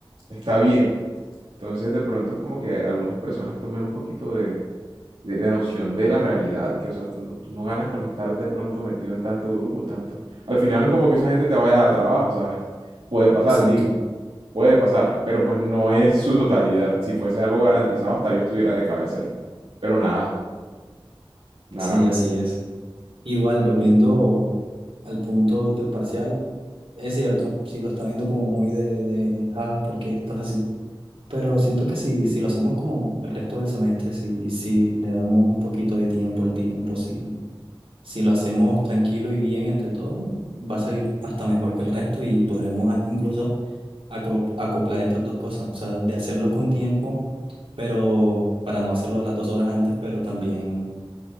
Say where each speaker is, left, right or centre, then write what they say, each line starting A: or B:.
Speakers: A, on the right; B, on the right.
A: está bien. Entonces, de pronto es como que hay- algunas personas tomen un poquito de, de- de noción de la realidad, que, o sea, tú, no- tú no ganas con estar de pronto metido en tanto grupo, tanto... Al final no es como que esa gente te vaya a trabajo, ¿sabes? Puede pasar,
B: exacto.
A: digo, puede pasar, pero pues no es su totalidad. Si fuese algo garantizado, hasta yo estuviera de cabeza ahí. Pero nada, nada,
B: Sí, así es. Igual, volviendo al punto del parcial, es cierto, sí lo está viendo como muy de, de, ah, ¿por qué esto es así? Pero siento que si, si lo hacemos como el resto del semestre, si, si le damos un poquito de tiempo al tiempo, si Si lo hacemos tranquilo y bien entre todos, va a salir hasta mejor que el resto y podremos a- incluso aclo- acoplar estas dos cosas. O sea, de hacerlo con tiempo, pero para no hacerlo a las dos horas antes, pero también